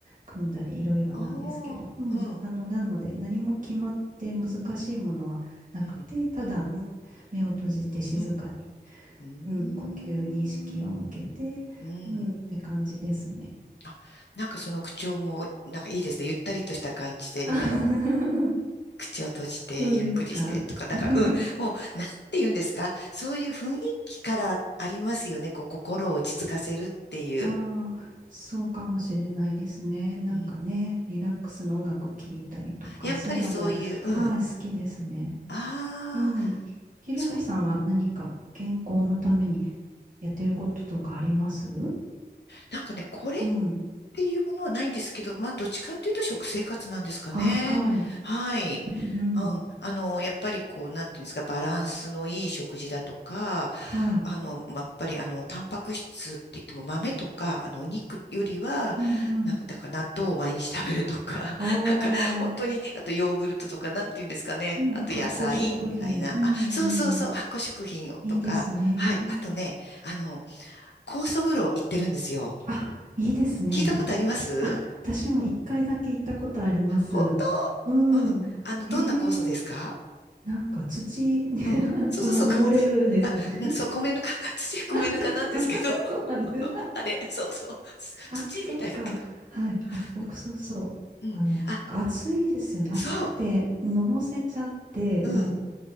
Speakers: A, on the right (about 50°); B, on the left (about 80°).
A: 組んだりいろいろなんですけど、
B: ああ、
A: うん、
B: うん、
A: あの、なので何も決まって難しいものはなくて、
B: うん、
A: ただ、
B: うん、
A: うん、目を閉じて静かに、
B: うん、うーん、
A: うん、呼吸に意識を向けて、
B: うん。
A: うん、って感じですね。
B: あ、なんかその口調も、なんかいいですね。ゆったりとした感じで、
A: <laughs>
B: 今の。口を閉じてゆっくりしてとか、
A: そうですか。
B: なんか、
A: <laughs>
B: うん、もう、なんて言うんですか、そういう雰囲気からありますよね、こう、心を落ち着かせるっていう。
A: ああ、そうかもしれないですね。なんかね、
B: うん、
A: リラックスの音楽聴いたりとか、
B: やっぱりそういう、
A: そういうのも、
B: うん、
A: はい、好きですね。
B: ああ、
A: うん。ひひろこさんは何か健康のために
B: そういう、
A: やってることとかあります
B: なんかね、これっ
A: うん。
B: ていうものはないんですけど、まあ、どっちかっていうと食生活なんですかね。
A: あ、はい。
B: はい。
A: うんうん。
B: うん。あの、やっぱりこう、なんていうんですか、バランスのいい食事だとか、
A: はい。
B: あの、まあやっぱり、あの、タンパク質って言っても豆とか、あの、お肉よりは、
A: うんうん。
B: なんか、だから納豆を毎日食べるとか、
A: ああ。
B: <laughs> なんか、本当に、あとヨーグルトとか、なんていうんですかね。
A: うん。
B: あと野菜みたいな。
A: 発酵食品。うんうん。
B: あ、そうそうそう、発酵食品をとか、
A: いいですね。
B: はい。
A: うん。
B: あとね、あの、酵素風呂行ってるんですよ。
A: あ、いいですね。
B: 聞いたことあります
A: あ、私も一回だけ行ったことあります。
B: 本
A: うん。
B: 当うん。あの、
A: へえ。
B: どんな酵素ですか
A: なんか土に <laughs>
B: うん。そうそうそう。
A: 埋も埋もれるんですよね。
B: <laughs> 酵素あ、うん、そう、米ぬか、<laughs> 土米ぬかなんですけど。
A: あ、
B: <laughs>
A: そう <laughs> そうなんです。
B: あれ、そうそう。<laughs>
A: あ、
B: 土土みたいだけど。
A: そっか。はい。あ、僕、
B: うん。
A: そうそう。
B: うん。
A: あの、
B: あ、
A: なんか暑いですよね。暑くて、
B: そ
A: のぼせちゃって、
B: う。
A: うん。
B: うん。